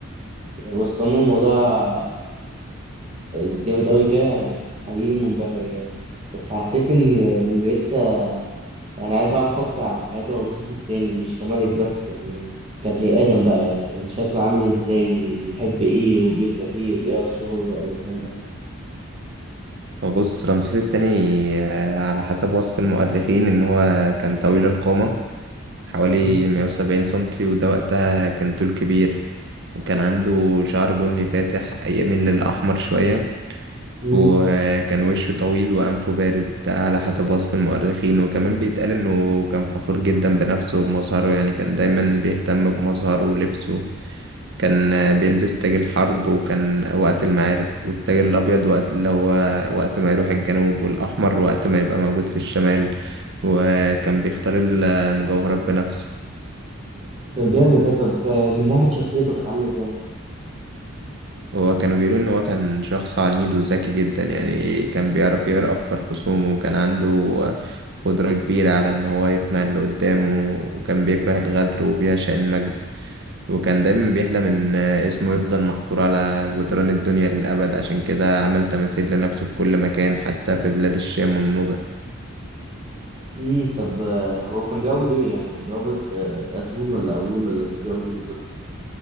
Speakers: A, on the right (about 30°); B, on the right (about 60°).
A: يعني بس طالما الموضوع جامد أوي كده أنا حقيقي منبهر يعني بس حسيت إن إن لسه يعني عايز أعرف أكتر عن حياة رمسيس التاني مش كملك بس يعني كبني آدم بقى يعني كان شكله عامل إزاي وبيحب إيه وبيكره إيه وإيه أسراره بقى والكلام ده
B: وبص رمسيس التاني آه، على حسب وصف المؤرخين إن هو كان طويل القامة حوالي
A: مم.
B: 170 سنتي وده وقتها كان طول كبير وكان عنده شعر بني فاتح يميل للأحمر شوية
A: مم.
B: وكان وشه طويل وأنفه بارز ده على حسب وصف المؤرخين وكمان بيتقال إنه كان فخور جدا بنفسه وبمظهره يعني كان دايما بيهتم بمظهره ولبسه كان بيلبس تاج الحرب وكان وقت المعارك والتاج الأبيض وقت اللي هو وقت ما يروح الجنوب والأحمر وقت ما يبقى موجود في الشمال وكان بيختار المجوهرات بنفسه
A: طب جامد ده طب آه، من ناحية شخصيته كانت عاملة إزاي؟
B: وكانوا بيقولوا إن هو كان شخص عنيد وذكي جدا يعني كان بيعرف يقرأ أفكار خصومه وكان عنده قدرة كبيرة على إن هو يقنع اللي قدامه وكان بيكره الغدر وبيعشق المجد وكان دايما بيحلم إن اسمه يفضل محفور على جدران الدنيا للأبد عشان كده عمل تماثيل لنفسه في كل مكان حتى في بلاد الشام والنوبة
A: مم. طب آه، هو كان بيعبد إيه يعني كان بيعبد آه، أتون ولا أمون ولا كان بيعبد إيه بالظبط؟